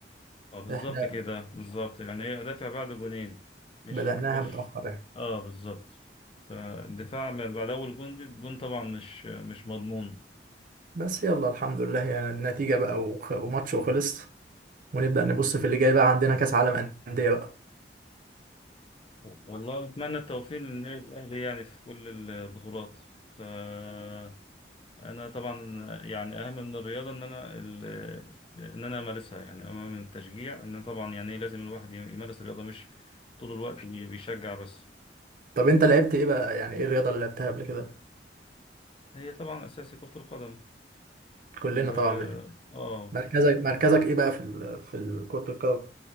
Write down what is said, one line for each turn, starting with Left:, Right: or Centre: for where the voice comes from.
Left: اه بالظبط
Right: احنا
Left: كده بالظبط يعني ايه ادافع بعد جونين مش
Right: بدأناها
Left: مش
Right: متأخر يعني.
Left: اه بالظبط فالدفاع من- بعد اول جون دي الجون طبعا مش مش مضمون
Right: بس يلا الحمد لله يعني النتيجة بقى وخ... وماتش وخلص ونبدأ نبص في اللي جاي بقى عندنا كأس عالم أندية بقى
Left: والله أتمنى التوفيق للنادي الأهلي يعني في كل البطولات فأنا طبعا يعني أهم من الرياضة إن أنا ال- إن أنا أمارسها يعني أهم من التشجيع إن طبعا يعني إيه لازم الواحد يمارس الرياضة مش طول الوقت بي- بيشجع بس
Right: طب أنت لعبت إيه بقى يعني إيه الرياضة اللي لعبتها قبل كده
Left: هي طبعا أساسي كرة القدم
Right: كلنا
Left: و
Right: طبعا منها
Left: آه
Right: مركزك مركزك إيه بقى في ال... في ال- كرة القدم